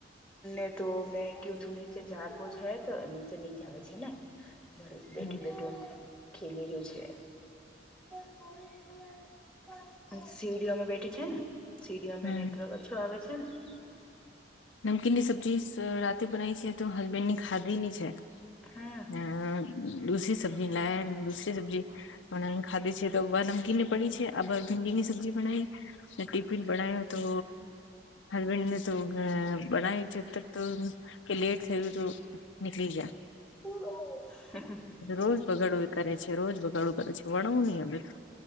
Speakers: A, in the centre; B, on the left.
A: અ તો મેં ક ું નીચે જાગો છે તો એ નીચે ની જ આવે છે ને ભરી બેઠ
B: હમ
A: બેઠો ખેલી રહ્યું છે હો સીડીઓમાં બેઠી છે ને સીડીઓમાં
B: હમ
A: નેટવર્ક ઓછું આવે છે ને
B: નમકીન ની સબ્જી રાતે બનાવી છે તો હસબેન્ડ ની ખાધી ની છે
A: હમ
B: હ દૂસરી સબ્જી લ દૂસરી સબ્જી પણ ખાધી છે તો નમકી ને પડી છે આ બ ભીંડી ની સબ્જી બનાવી ને ટિફિન બણ તો હસબેન્ડને તો અ બનાવી છેત તો કે લેટ થયું તો નીકળી જા
A: હ
B: રોજ બગાડવું કરે છે રોજ બગાડું કરે છે વણવ નહી બધું